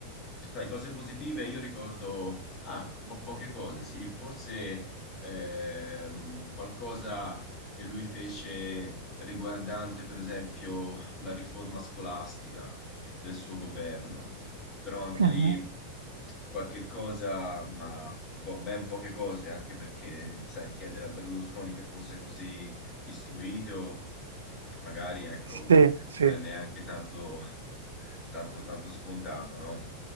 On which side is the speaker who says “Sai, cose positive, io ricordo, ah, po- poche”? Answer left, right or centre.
Left